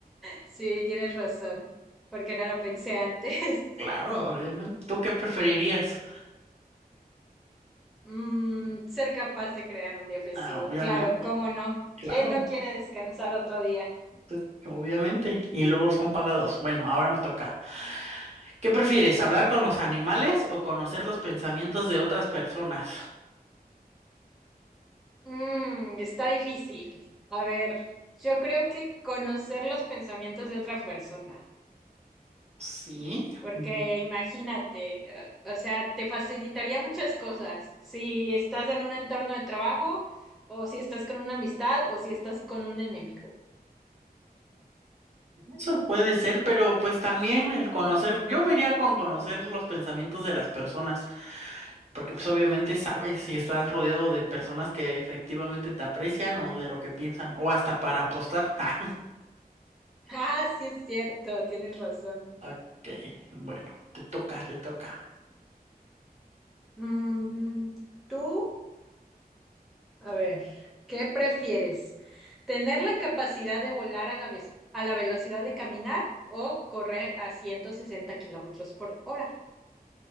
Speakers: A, in the centre; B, on the right.
A: Sí, tienes razón, porque no lo pensé antes.
B: Claro, obviamente. ¿Tú qué preferirías?
A: Mm, ser capaz de crear un día festivo,
B: Ah, obviamente,
A: claro, cómo no.
B: claro,
A: ¿Quién no quiere descansar otro día?
B: pues, obviamente. Y luego son pagados. Bueno, ahora me toca. ¿Qué prefieres, hablar con los animales o conocer los pensamientos de otras personas?
A: Mm, está difícil. A ver, yo creo que conocer los pensamientos de otra persona,
B: Sí,
A: porque
B: mm,
A: imagínate, eh, o sea, te facilitaría muchas cosas si estás en un entorno de trabajo o si estás con una amistad o si estás con un enemigo.
B: eso puede ser, pero pues también el conocer, yo me iría con conocer los pensamientos de las personas. Porque pues obviamente sabes si estás rodeado de personas que efectivamente te aprecian o de lo que piensan, o hasta para apostar. <laughs> Ja,
A: <laughs> Ah, sí es cierto, tienes razón.
B: Ok, bueno, te toca, te toca.
A: Mm, ¿tú? A ver, ¿qué prefieres? ¿Tener la capacidad de volar a la, vez- a la velocidad de caminar o correr a 160 kilómetros por hora?